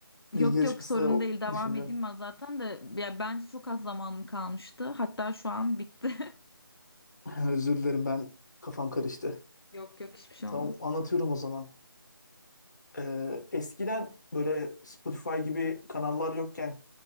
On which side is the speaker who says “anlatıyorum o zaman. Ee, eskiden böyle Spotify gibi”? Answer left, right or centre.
Left